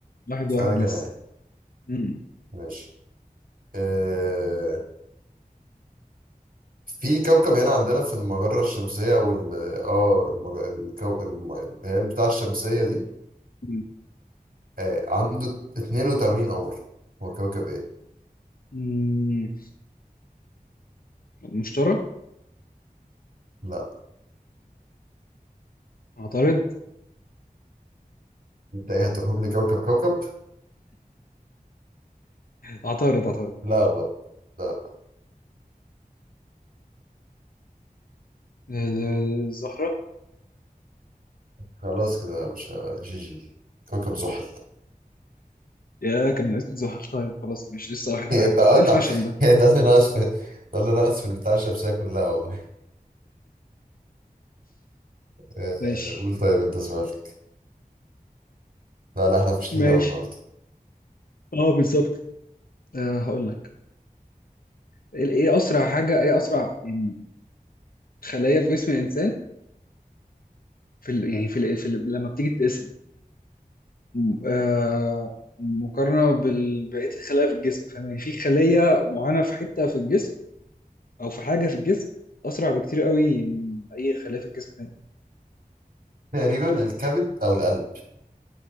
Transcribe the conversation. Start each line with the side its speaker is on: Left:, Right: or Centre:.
Left: واحد
Right: أسألك
Left: واحد لسه
Right: أنا يعني
Left: مم.
Right: ماشي آه، في كوكب هنا عندنا في المجرة الشمسية أو ال آه المج... الكو... الم... اللي هي بتاع الشمسية دي
Left: مم.
Right: آه عنده 82 قمر هو كوكب ايه؟
Left: مم. مشترى
Right: لا
Left: عطارد
Right: انت ايه هتقولهم لي كوكب كوكب؟
Left: عطارد عطارد
Right: لا برضه لا
Left: آه، الزهرة
Right: خلاص كده مش ه- جي جي كوكب زحل <laughs>
Left: يا كان ناقصني زحل طيب خلاص ماشي لسه واحد
Right: انت
Left: واحد برضه
Right: آه،
Left: ايه
Right: انت
Left: الفشل ده
Right: يعني ده اللي ناقص في ده اللي ناقص في البتاع الشمسية كلها والله آه
Left: ماشي
Right: قول طيب انت سؤالك لا لا احنا فاشلين
Left: ماشي
Right: اوي النهارده
Left: اه بالظبط آه هقول لك ال- ايه اسرع حاجه ايه اسرع يعني خلايا في جسم الانسان في ال... يعني في, ال... في ال... لما بتيجي تتقسم م- آه مقارنه بال- بقيه الخلايا في الجسم فاهم يعني في خليه معينه في حته في الجسم او في حاجه في الجسم اسرع بكتير قوي من اي خلايا في الجسم تاني
Right: تقريبا الكبد او القلب